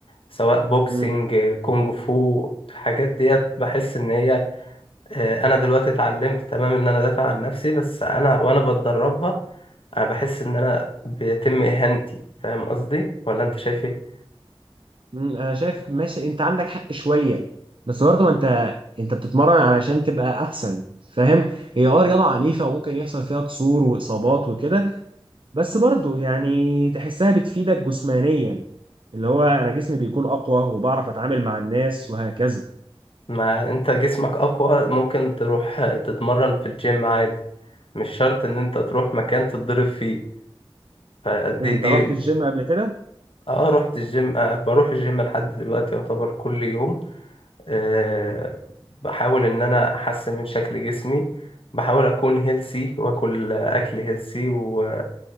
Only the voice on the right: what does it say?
مم.
مم، انا شايف ماشي انت عندك حق شويه بس برضه ما انت انت بتتمرن علشان تبقى احسن فاهم هي اه رياضه عنيفه وممكن يحصل فيها كسور واصابات وكده بس برضه يعني تحسها بتفيدك جسمانيا اللي هو انا جسمي بيكون اقوى وبعرف اتعامل مع الناس وهكذا
انت
رحت الجيم قبل كده